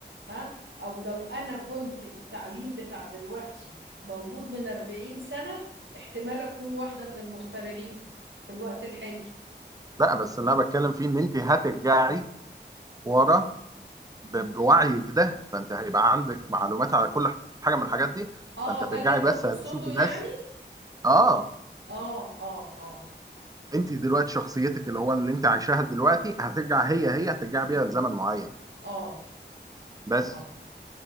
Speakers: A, on the right (about 80°); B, on the right (about 20°).
A: ها أو لو أنا كنت التعليم بتاع دلوقتي موجود من 40 سنة احتمال أكون واحدة من المخترعين في الوقت الحالي
B: لا بس اللي أنا بتكلم فيه إن أنت هترجعي ورا ب- بوعيك ده فأنت هيبقى عندك معلومات على كل حاجة من الحاجات دي
A: اه
B: فأنت هترجعي
A: ده اللي انت
B: بس
A: تقصده
B: هتشوفي
A: يعني
B: ناس آه
A: اه اه اه
B: انت دلوقتي شخصيتك اللي هو اللي انت عايشاها دلوقتي هترجع هي هي هترجع بيها لزمن معين
A: اه
B: بس
A: اه